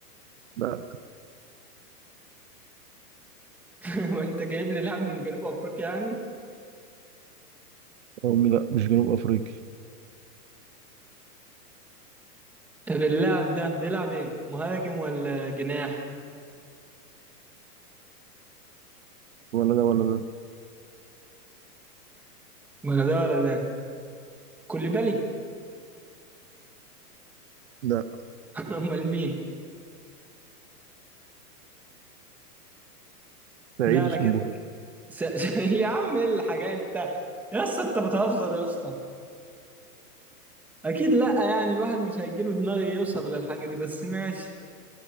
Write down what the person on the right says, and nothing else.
لا
أمي لا مش جنوب افريقي
ولا ده ولا ده
لا
سعيد
وسنبل